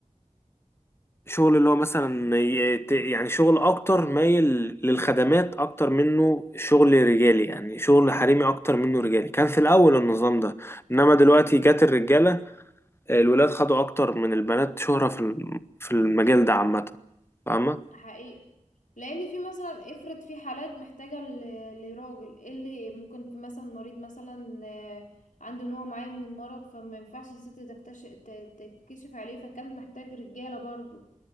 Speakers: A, on the left (about 20°); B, on the left (about 85°).
A: شغل اللي هو مثلا ي- ت- يعني شغل اكتر مايل للخدمات اكتر منه شغل رجالي يعني شغل حريمي اكتر منه رجالي كان في الاول النظام ده انما دلوقتي
B: ان
A: جات الرجاله الولاد خدوا اكتر من البنات شهرة في الم- في المجال ده عامة فاهمة
B: حقيقي لان في مثلا افرض في حالات محتاجة ل- لراجل إيه اللي ممكن في مثلا مريض مثلا آه، عنده نوع معين من المرض فما ينفعش الست تكتشف تكشف عليه فكان محتاج رجالة برضو